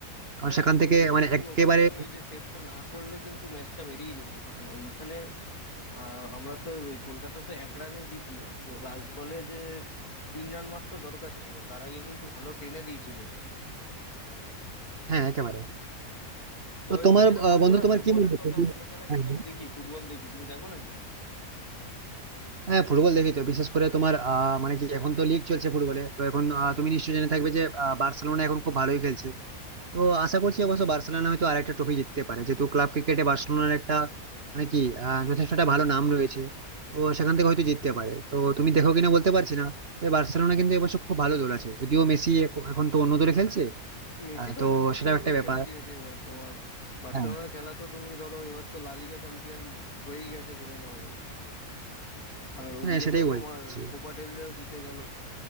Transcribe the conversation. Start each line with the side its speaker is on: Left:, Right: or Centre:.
Right: কারণ
Left: হ্যাঁ
Right: সেখান
Left: একদম
Right: থেকে
Left: রিকু
Right: মানে
Left: সিং
Right: একেবারে
Left: ওখান থেকে ওই যে সেভটা না করলে কিন্তু ম্যাচটা বেরিয়ে যেত কারণ ওইখানে আহ আমরা তো ওই কলকাতা তো এক রানে জিতলো তো লাস্ট বলে যে তিন রান মাত্র দরকার ছিল তার আগে কিন্তু ভালো টেনে দিয়েছিল ওরা
Right: হ্যাঁ একেবারে
Left: তবে
Right: তো তোমার
Left: তুমি যেটা
Right: আহ,
Left: বলছো
Right: বন্ধু
Left: না
Right: তোমার
Left: ফুটবলের
Right: কি মনে হচ্ছে
Left: কথা
Right: যে-
Left: অন্য খেলা
Right: হ্যাঁ
Left: কিন্তু আমি দেখি ফুটবল দেখি তুমি দেখো নাকি
Right: হ্যাঁ, ফুটবল দেখি তো বিশেষ করে তোমার আহ, মানে কি এখন তো লিগ চলছে ফুটবলে তো এখন আহ, তুমি নিশ্চয়ই জেনে থাকবে যে আহ, বার্সেলোনা এখন খুব ভালোই খেলছে তো আশা করছি অবশ্য বার্সেলোনা হয়তো আরেকটা ট্রফি জিততে পারে যেহেতু ক্লাব ক্রিকেটে বার্সেলোনার একটা মানে কি আহ, যথেষ্ট একটা ভালো নাম রয়েছে তো সেখান থেকে হয়তো জিততে পারে তো তুমি দেখো কিনা বলতে পারছি না তো এই বার্সেলোনা কিন্তু এবছর খুব ভালো দল আছে যদিও মেসি এখ- এখন তো অন্য দলে খেলছে
Left: মেসি
Right: আহ,
Left: তো
Right: তো
Left: অনেক বছর
Right: সেটাও
Left: হলো
Right: একটা ব্যাপার
Left: ছেড়ে দিয়েছে এবার তোমার বার্সেলোনার
Right: হ্যাঁ
Left: খেলা তো তুমি ধরো এবার তো লা লিগা চ্যাম্পিয়ন হয়েই গেছে ধরে নেওয়া যায় আর ওদিকে
Right: হ্যাঁ সেটাই
Left: তো তোমার
Right: বলছি
Left: কোপা ডেল রেও জিতে গেল